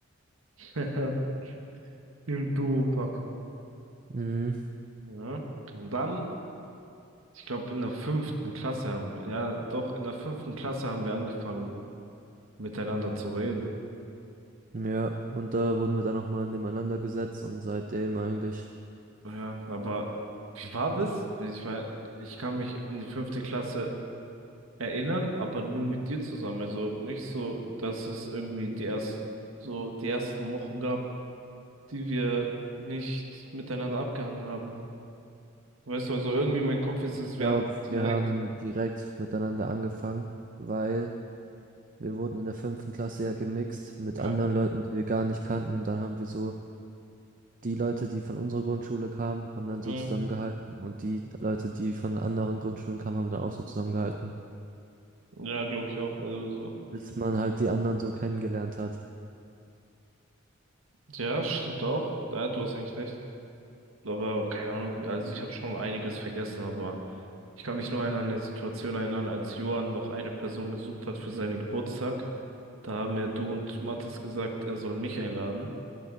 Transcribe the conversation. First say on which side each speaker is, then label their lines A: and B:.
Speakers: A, on the right (about 85°); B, on the right (about 40°).
A: <laughs> Im Duopack.
B: Mhm.
A: Ja. Und dann, ich glaube, in der fünften Klasse haben wir, ja, doch, in der fünften Klasse haben wir angefangen, miteinander zu reden.
B: Ja, und da wurden wir dann nochmal nebeneinander gesetzt und seitdem eigentlich,
A: Ja, aber wie war das? Ich meine, ich kann mich an die fünfte Klasse erinnern, aber nur mit dir zusammen. Also nicht so, dass es irgendwie die ersten, so die ersten Wochen gab, die wir nicht miteinander abgehangen haben. Weißt du, also irgendwie mein Kopf ist
B: ich
A: es,
B: glaube,
A: wir haben
B: wir
A: direkt.
B: haben direkt miteinander angefangen, weil wir wurden in der fünften Klasse ja gemixt mit
A: Ja.
B: anderen Leuten, die wir gar nicht kannten und dann haben wir so die Leute, die von unserer Grundschule kamen, haben dann
A: Mhm.
B: so zusammengehalten und die Leute, die von anderen Grundschulen kamen, haben dann auch so zusammengehalten,
A: Ja, glaube ich auch. Also so.
B: bis man halt die anderen so kennengelernt hat.
A: Ja, stimmt auch. Ja, du hast eigentlich recht. Aber keine Ahnung, also ich habe schon einiges vergessen, aber ich kann mich nur an eine Situation erinnern, als Johann noch eine Person gesucht hat für seinen Geburtstag. Da haben ja du und Mathis gesagt, er soll mich einladen.